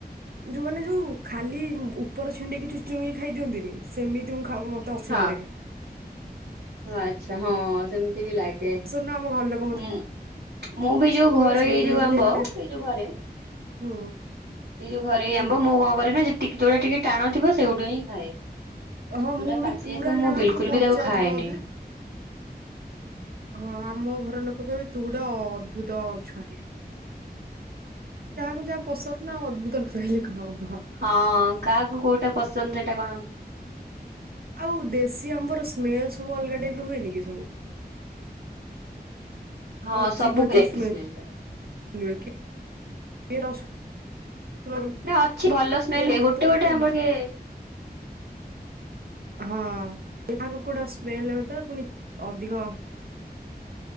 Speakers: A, on the right (about 65°); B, on the right (about 80°).
A: ଯୋଉ ମାନେ ଯୋଉ ଖାଲି ଉପର ଛିଣ୍ଡେଇକି ଚୁଚୁମିକି ଖାଇ ଦିଅନ୍ତିନି ସେମିତି ମୁଁ ଖାଉ <unintelligible> ଅସନା
B: ହଁ
A: ଲାଗେ।
B: ଆଚ୍ଛା ହଁ-ହଁ ସେମିତି ବି ଲାଗେ।
A: ତୁନା ଆମ ଘରଲୋକ।
B: ହୁଁ ମୁଁ ବି ଯୋଉ ଘରୋଇ
A: ସେ ବାଇଗଣ
B: ଯୋଉ
A: ବିଲାତି
B: ଆମ୍ବ
A: ପଟା
B: ଏଇ ଯୋଉ ଘରେ
A: ହୁଁ।
B: ଏଇ ଯୋଉ ଘରୋଇ
A: ହୁଁ
B: ଆମ୍ବ ମୁଁ କଣ କରେନା ଟିକେ ଯୋଉଟା ଟିକେ ଟାଣ ଥିବ ସେଇଗୁଟା ହିଁ ଖାଏ।
A: ହଁ
B: ଯୋଉଟା
A: ମୁଁ
B: ପାଚି
A: ବି ପୁରା
B: ଯାଇଥିବ ମୁଁ
A: ଟାଣ
B: ବିଲକୁଲ
A: ଥିବ କଞ୍ଚା
B: ବି ତାକୁ ଖାଏନି
A: ଥିବ ଅଧା ହଁ ଆମ ଘର ଲୋକ କହିବେ ତୁ ଗୁଟେ ଅଦ୍ଭୁତ ଛୁଆ। ଯାହାକୁ ଯାହା ପସନ୍ଦ ନା ଅଦଦ୍ଭୁତ୍ କହିଲେ କଁ ହବ।
B: ହଁ କାହାକୁ କୋଉଟା ପସନ୍ଦ ସେଟା କଣ
A: ଆଉ ଦେଶୀ ଆମ୍ବର ସ୍ମେଲ୍ ସବୁ ଅଲଗା ଟାଇପ୍ ର ହୁଏନି କି ସବୁ?
B: ହଁ
A: ଅଜୀବ
B: ସବୁ
A: ଅଜୀବ
B: <unintelligible>
A: ସ୍ମେଲ
B: ସ୍ମେଲ୍।
A: ହୁଏ କିଏ କିଏ ରସୁଣ
B: ଗୋଟେ
A: ପକେଇ
B: ଅଛି ଭଲ ସ୍ମେଲ୍
A: କିଏ
B: ହୁଏ
A: ଗନ୍ଧଉଥିବ
B: ଗୋଟେ-ଗୋଟେ ଆମ୍ବ
A: ହ-
B: କିଏ
A: ହଁ ଏ ତାକୁ କୋଉଟା ସ୍ମେଲ ଆଉଛି ତ ପୁଣି ଅଧିକ